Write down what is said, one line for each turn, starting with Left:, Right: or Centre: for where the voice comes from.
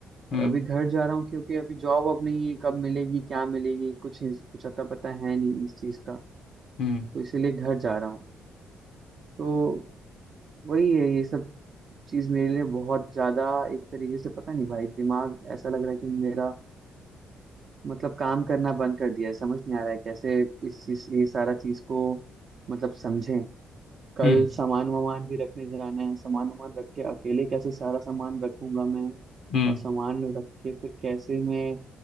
Left: हम्म
Right: और अभी घर जा रहा हूँ क्योंकि अभी जॉब अब नहीं है कब मिलेगी क्या मिलेगी कुछ इस- कुछ अता पता है नहीं इस चीज़ का
Left: हम्म
Right: तो इसीलिए घर जा रहा हूँ तो वही है ये सब चीज़ मेरे लिए बहुत ज़्यादा एक तरीके से पता नहीं भाई दिमाग ऐसा लग रहा है कि मेरा मतलब काम करना बंद कर दिया है समझ नहीं आ रहा है कैसे इस चीज़ ये सारा चीज़ को मतलब समझें कल
Left: हम्म हम्म
Right: सामान वामान भी रखने जाना है सामान वामान रख के अकेले कैसे सारा सामान रखूंगा मैं
Left: हम्म,
Right: और सामान रख के फिर कैसे मैं